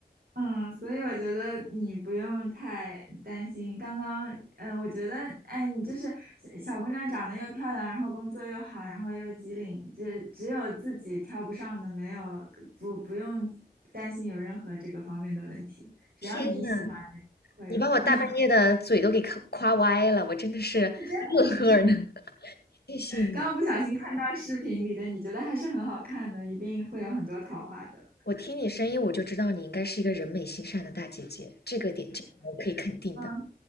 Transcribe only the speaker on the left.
天呐，
你把我大半夜的嘴都给夸夸歪了，
我真的是乐呵呢。
<laughs> 谢谢你，
我听你声音我就知道你应该是一个人美心善的大姐姐，这个点这个我可以肯定的。